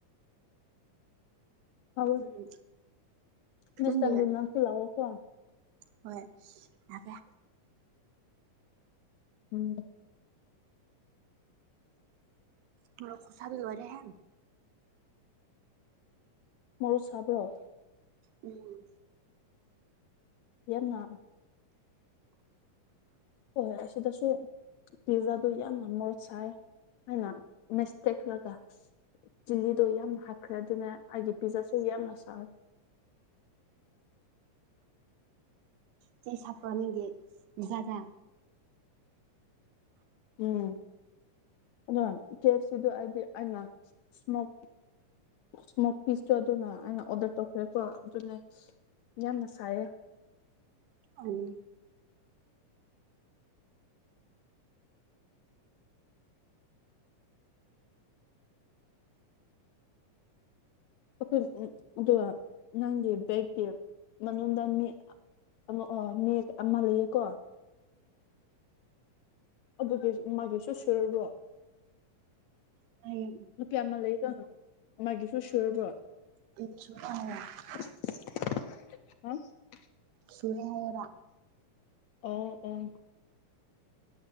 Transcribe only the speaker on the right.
ꯎꯝ
ꯅꯪꯒꯤ
ꯍꯣꯏ <unintelligible>
ꯃꯣꯔꯣꯛ ꯈꯨꯨꯁꯥꯗꯤ ꯂꯣꯏꯔꯦ ꯍꯦ
ꯎꯝ
ꯆꯩꯁ ꯍꯥꯞꯄ꯭ꯔꯥ ꯅꯪꯒꯤ ꯄꯤꯖꯥꯗ
ꯎꯝ
ꯍꯌꯦꯡ
<unintelligible>
ꯁꯨꯨꯔꯦ ꯍꯥꯏꯌꯦꯕ